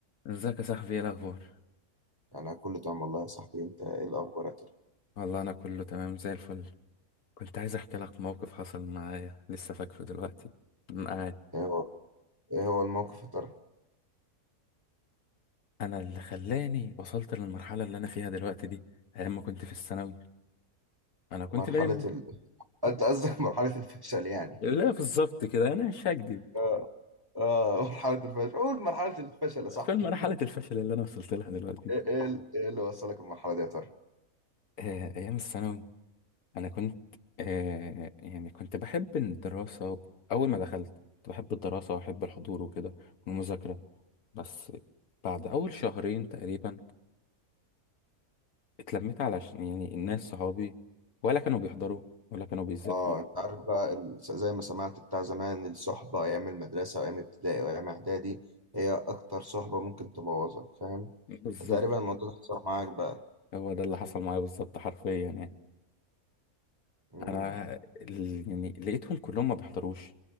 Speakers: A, on the left (about 75°); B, on the right (about 15°).
A: ازيك يا صاحبي ايه الاخبار
B: يعني أنا كله تمام والله يا صاحبي أنت إيه الأخبار يا ترى؟
A: والله انا كله تمام زي الفل كنت عايز احكي لك موقف حصل معايا لسه فاكره دلوقتي معايا
B: إيه هو إيه هو الموقف يا ترى؟
A: انا اللي خلاني وصلت للمرحله اللي انا فيها دلوقتي دي ايام ما كنت في الثانوي انا كنت
B: مرحلة
A: دايما
B: ال... <laughs> أنت قصدك مرحلة الفشل يعني
A: لا بالظبط كده انا مش هكدب
B: آه آه، مرحلة الفشل قول مرحلة الفشل يا صاحبي
A: فين مرحله الفشل اللي انا وصلت لها دلوقتي
B: إيه إيه ال- إيه اللي وصلك المرحلة دي يا ترى؟
A: آه ايام الثانوي انا كنت آه يعني كنت بحب الدراسه و- اول ما دخلت كنت بحب الدراسه واحب الحضور وكده والمذاكره بس بعد اول شهرين تقريبا اتلميت علشان يعني الناس صحابي ولا كانوا بيحضروا ولا كانوا بيذاكروا
B: آه أنت عارف بقى ال- زي ما سمعت بتاع زمان الصحبة أيام المدرسة وأيام ابتدائي وأيام إعدادي هي أكتر صحبة ممكن تبوظك فاهم؟
A: بالظبط
B: فتقريبا الموضوع ده حصل معاك بقى
A: هو ده اللي حصل معايا بالظبط حرفيا يعني
B: مم.
A: انا ال- يعني لقيتهم كلهم ما بيحضروش